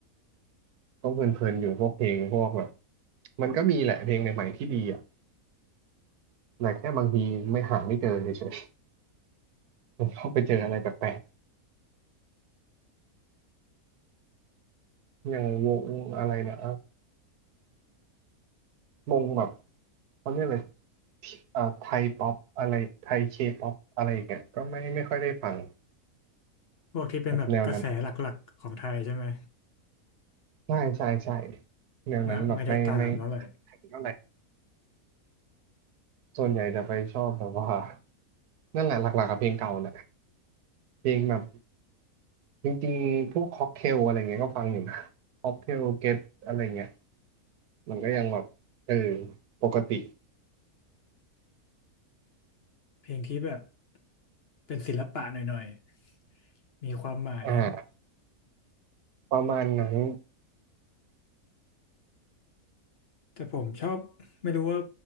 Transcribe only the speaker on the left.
พวกที่เป็นแบบกระแสหลักๆของไทยใช่ไหม
ไม่ไม่ได้ตามแล้วเลย
เพลงที่แบบเป็นศิลปะหน่อยๆมีความหมาย
แต่ผมชอบไม่รู้ว่า